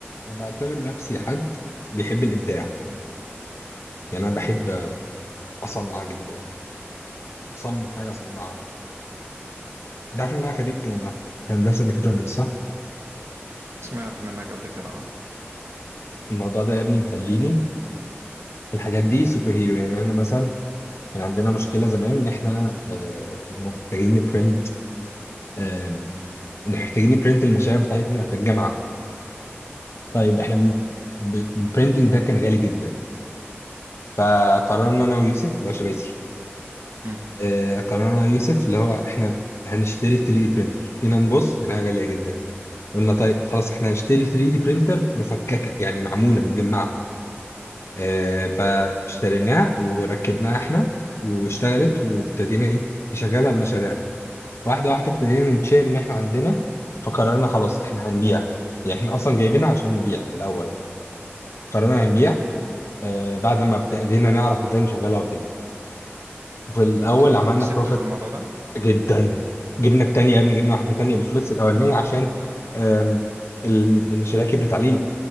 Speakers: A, on the left; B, on the right.
A: انا بعتبر نفسي حد بيحب الابداع يعني انا بحب اصنع جدا اصمم حاجه اصنعها انت عارف ان انا خريج آه، هندسه ميكاترونكس صح
B: سمعت منك قبل كده اه
A: الموضوع ده يا ابني مخليني في الحاجات دي سوبر هيرو يعني احنا مثلا كان عندنا مشكله زمان ان احنا آه، محتاجين نبرنت آم، ان محتاجين نبرنت المشاريع بتاعتنا في الجامعه طيب احنا
B: اوكي
A: بن- ب- البرنتنج ده كان غالي جدا فقررنا انا ويوسف اللي هو شباسي
B: امم
A: آه، قررنا يوسف اللي هو احنا هنشتري 3D برينتر جينا نبص لقيناها غالية جدا قلنا طيب خلاص احنا هنشتري 3D برينتر مفككة يعني معمولة متجمعة آه، فاشتريناها وركبناها احنا واشتغلت وابتدينا ايه نشغلها لمشاريعنا واحدة واحدة ابتدينا نشير ان احنا عندنا فقررنا خلاص احنا هنبيع يعني احنا اصلا جايبينها عشان نبيع في الاول قررنا هنبيع آه، بعد ما ابتدينا نعرف ازاي نشغلها وكده في الاول
B: انتوا
A: عملنا
B: كسبتوا في الموضوع ده
A: جدا جبنا التانية يا ابني جبنا واحدة تانية بالفلوس الأولانية عشان آم، ال- المشاريع كبرت علينا